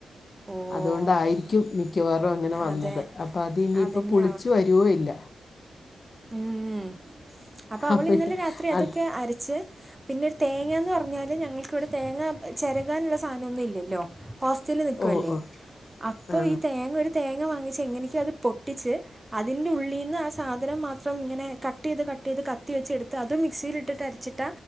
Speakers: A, on the right; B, on the left.
A: ഓ
B: അതുകൊണ്ടായിരിക്കും മിക്കവാറും അങ്ങന വന്നത്
A: അതെ
B: അപ്പ അതി ഇനിയിപ്പൊ
A: അതന്നെ
B: പുളിച്ച് വരോ ഇല്ല
A: ഉം അപ്പൊ അവൾ
B: അപ്പം
A: ഇന്നലെ രാത്രി അതൊക്കെ
B: അത്
A: അരച്ച് പിന്നെ ഒരു തേങ്ങാന്ന് പറഞ്ഞാല് ഞങ്ങൾ‌ക്കിവിടെ തേങ്ങ ചെരകാനുള്ള സാധനം ഒന്നും ഇല്ലല്ലോ ഹോസ്റ്റൽല് നിക്കുവല്ലെ
B: ഓ ഓ
A: അപ്പൊ
B: ആ
A: ഈ തേങ്ങ ഒരു തേങ്ങ വാങ്ങിച് എങ്ങനയൊക്കൊ അത് പൊട്ടിച്ച് അതിന്റെ ഉള്ളീന്ന് ആ സാധനം മാ ത്രം ഇങ്ങനെ കട്ടീത് കട്ടീത് കത്തി വെച്ച് എടുത്ത് അതും മിക്സിയിലിട്ടിട്ട് അരച്ചിട്ട